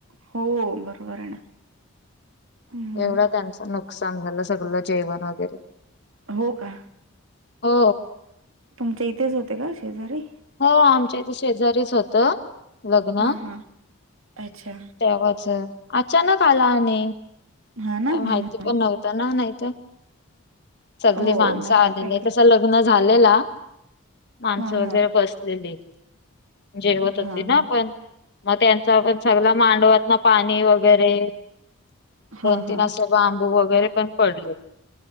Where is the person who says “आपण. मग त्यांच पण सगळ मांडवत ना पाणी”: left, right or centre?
Left